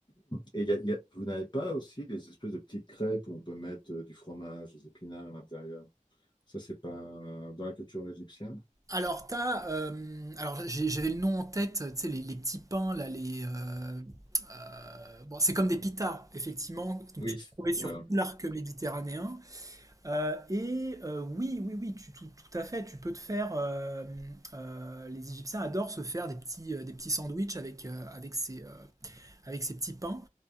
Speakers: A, on the left (about 35°); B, on the right (about 25°).
A: Et, et il y a- il y a- vous n'avez pas aussi des espèces de petites crêpes où on peut mettre euh, du fromage, des épinards à l'intérieur. Ça, c'est pas dans la culture égyptienne?
B: Alors, t'as, euh, alors j'ai- j'avais le nom en tête, tu sais, les, les petits pains, là, les, euh, euh, bon, c'est comme des pitas, effectivement, donc
A: Oui.
B: tu peux trouver sur
A: Voilà,
B: tout l'arc méditerranéen. Euh, et euh, oui, oui, oui, tu, tout, tout à fait, tu peux te faire, euh, euh, les Égyptiens adorent se faire des petits, euh, des petits sandwichs avec, euh, avec ces, euh, avec ces petits pains.